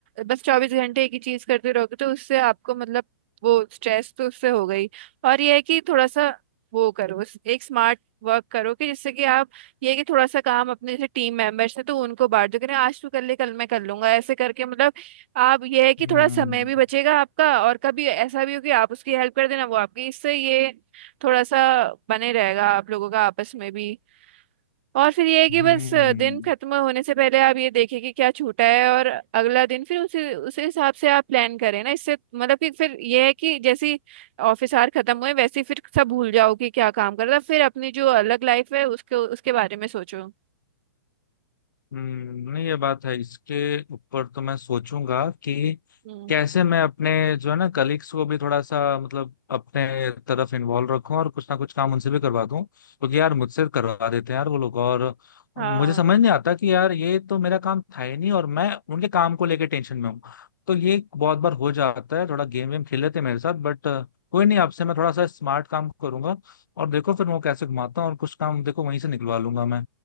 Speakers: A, on the right; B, on the left.
A: बस चौबीस घंटे एक ही चीज करते रहोगे तो उससे आपको मतलब वो स्ट्रेस तो उससे हो गई और ये है कि थोड़ा सा वो करो एक स्मार्ट वर्क करो कि जिससे कि आप ये कि थोड़ा सा काम अपने जैसे टीम मेंबर्स हैं तो उनको बांट दो कि नहीं, आज तू कर ले कल मैं कर लूंगा ऐसे करके मतलब आप ये है कि
B: हम्म
A: थोड़ा समय भी बचेगा आपका और कभी ऐसा भी हो कि आप उसकी हेल्प कर देना वो आपकी इससे ये थोड़ा सा बने रहेगा आप लोगों का आपस में भी और फिर ये है कि
B: हम्म
A: बस दिन खत्म होने से पहले आप ये देखें कि क्या छूटा है और अगला दिन फिर उसी उसी हिसाब से आप प्लान करें ना इससे मतलब कि फिर ये है कि जैसी ऑफिस आवर खत्म हुए वैसे ही फिर सब भूल जाओ कि क्या काम कर रहा था फिर अपनी जो अलग लाइफ है उसके उसके बारे में सोचो
B: हम्म, नहीं ये बात है इसके ऊपर तो मैं सोचूंगा कि
A: हम्म,
B: कैसे मैं अपने जो है ना कलीग्स को भी थोड़ा सा मतलब अपने तरफ इन्वॉल्व रखूं और कुछ ना कुछ काम उनसे भी करवा दूं क्योंकि यार मुझसे करवा देते हैं यार वो लोग और
A: हाँ
B: मुझे समझ नहीं आता कि यार ये तो मेरा काम था ही नहीं और मैं उनके काम को लेके टेंशन में हूँ तो ये बहुत बार हो जाता है थोड़ा गेम वेम खेल लेते हैं मेरे साथ बट कोई नहीं आपसे मैं थोड़ा सा स्मार्ट काम करूंगा और देखो फिर वो कैसे घुमाता हूँ और कुछ काम देखो वहीं से निकलवा लूंगा मैं